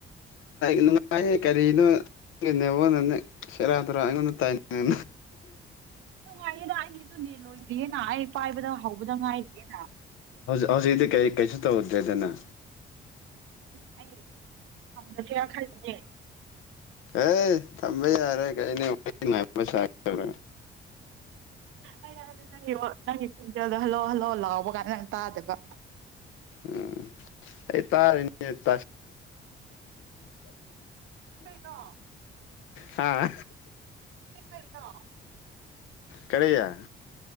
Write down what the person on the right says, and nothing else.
<inaudible> ꯂꯣꯏꯗꯦꯅ ꯑꯩ ꯄꯥꯏꯕꯗ ꯍꯧ ꯕꯨꯗ ꯉꯥꯏꯗꯤꯅ
ꯑꯗꯨꯅꯦ ꯑꯩ ꯊꯝꯈ꯭ꯔꯁꯦꯔ ꯈꯜꯂꯦꯅꯦ
ꯑꯩ ꯅꯪꯒꯤ ꯅꯪꯒꯤ ꯈꯣꯟꯖꯦꯜꯗꯣ ꯍꯜꯂꯛꯑꯣ ꯍꯜꯂꯛꯑꯣ ꯂꯥꯎꯕ ꯀꯥꯟꯗ ꯅꯪ ꯇꯥꯗꯕ
ꯔꯣ
ꯏꯗꯤ ꯄꯔꯗꯣ